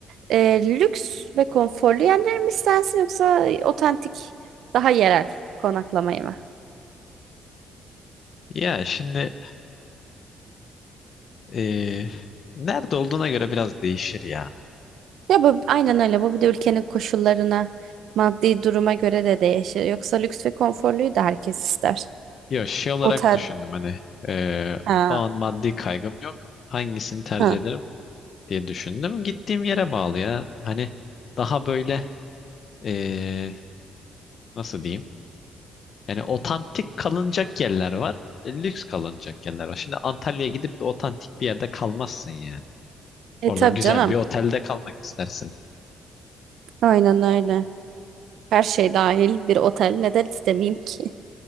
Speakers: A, on the right; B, on the left.
A: e, lüks ve konforlu yerler mi istersin yoksa otantik daha yerel konaklamayı mı?
B: Ya şimdi e, nerede olduğuna göre biraz değişir ya.
A: Ya bu aynen öyle. Bu bir de ülkenin koşullarına, maddi duruma göre de değişir. Yoksa lüks ve konforluyu da herkes ister.
B: Yo şey olarak
A: Otel.
B: düşündüm hani e,
A: Ha.
B: o an maddi kaygım yok. Hangisini tercih
A: Ha.
B: ederim diye düşündüm. Gittiğim yere bağlı ya. Hani daha böyle Ee, nasıl diyeyim? Yani otantik kalınacak yerler var. e, Lüks kalınacak yerler var. Şimdi Antalya'ya gidip de otantik bir yerde kalmazsın yani.
A: E
B: Orada
A: tabii
B: güzel
A: canım.
B: bir otelde kalmak istersin.
A: Aynen öyle. Her şey dahil bir otel neden istemeyeyim ki?